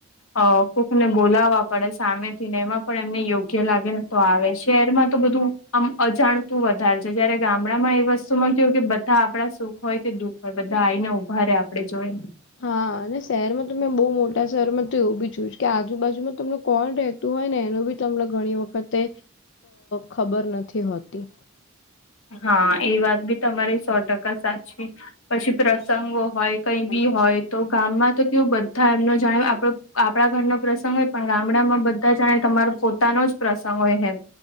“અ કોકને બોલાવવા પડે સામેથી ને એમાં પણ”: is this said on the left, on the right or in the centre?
Left